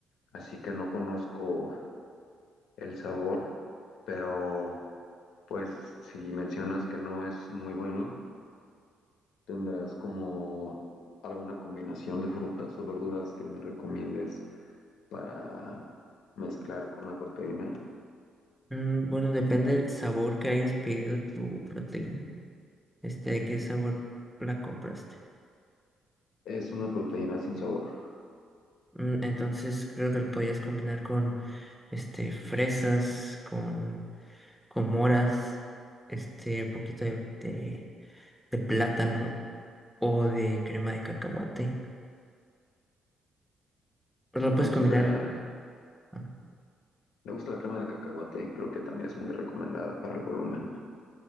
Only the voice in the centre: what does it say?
Mm, bueno, depende del sabor que hayas pedido tu proteína. Este, de qué sabor la compraste.
Mm, entonces creo que lo podías combinar con este fresas, con, con moras, este, un poquito de, de de plátano o de crema de cacahuate. Lo
puedes
combinar. ah,